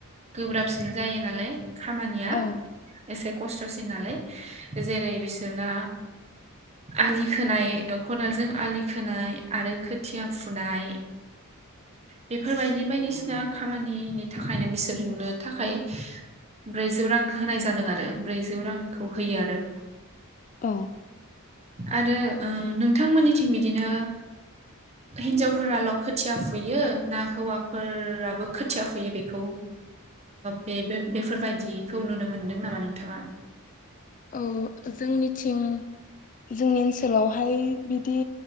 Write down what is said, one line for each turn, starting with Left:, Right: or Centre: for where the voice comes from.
Right: गोब्राबसिन जायो नालाय खामानिया
Left: औ
Right: एसे खस्थ'सिन नालाय, जेरै बिसोरना आलि खोनाय खदालजों आलि खोनाय आरो खोथिया फुनाय बेफोरबायदि बायदिसिना खामानिनि थाखायनो बिसोरनो थाखाय ब्रैजौ रां होनाय जादों आरो ब्रैजौ रांखौ होयो आरो।
Left: औ
Right: आरो नोंथांमोननिथिं बिदिनो हिनजावफोराल' खोथिया फुयो ना हौवाफोराबो खोथिया फुयो बेखौ बेबो बेफोरबायदिखौ नुनो मोनदों नामा नोंथाङा?
Left: औ जोंनिथिं जोंनि ओनसोलावहाय बिदि